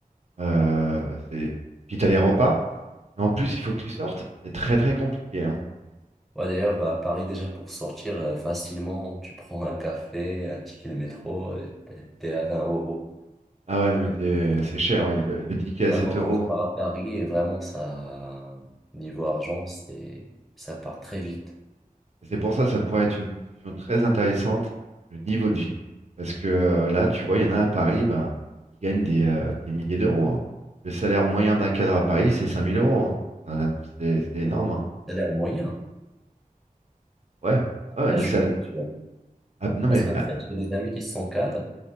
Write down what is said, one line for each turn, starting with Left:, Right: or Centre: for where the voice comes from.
Right: euh, c'est... puis t'as les repas. Et en plus, il faut que tu sortes. C'est très très compliqué. hein.
Centre: Ouais, d'ailleurs, à Paris, déjà, pour sortir euh, facilement, tu prends un café, un ticket de métro, euh, t'es t'es à 20 euros.
Right: Ah ouais, non mais t'es- c'est cher, ouais. Le, le ticket à
Centre: Ouais,
Right: 7
Centre: moi,
Right: euros.
Centre: quand je pars à Paris, et vraiment, ça, niveau argent, c'est, ça part très vite.
Right: Et c'est pour ça, ça pourrait être une discussion très intéressante, le niveau de vie. Parce que euh, là, tu vois, il y en a à Paris, ben, ils gagnent des, euh, des milliers d'euros. hein. Le salaire moyen d'un cadre à Paris, c'est cinq mille euros. hein. Euh, c'est c'est énorme. hein.
Centre: Ça a l'air moyen.
Right: Ouais,
Centre: Ça,
Right: ouais, ouais, le
Centre: je suis
Right: salaire.
Centre: pas sûr.
Right: non mais,
Centre: Parce qu'en
Right: ah,
Centre: fait, j'ai des amis qui sont cadres.